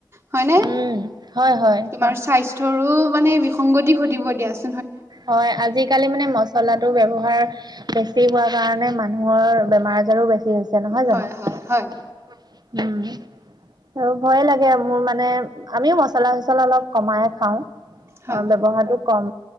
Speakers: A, on the right; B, on the right.
A: হয়নে
B: উম, হয় হয়।
A: তোমাৰ স্বাস্থ্যৰো মানে বিসংগতি ঘটিব দিয়াচ
B: হয় আজিকালি মানে মচলা টো ব্যৱ হাৰ বেছি হোৱা কাৰণে মানুহৰ বেমাৰ আ জাৰো বেছি হৈছে নহয়
A: হয়
B: জানো
A: হয়
B: উম
A: হয়
B: আৰু ভয়ে লাগে মোৰ মানে আমিও মচলা চচলা অলপ কমাই খাও অ
A: হয়
B: ব্যৱহাৰটো কম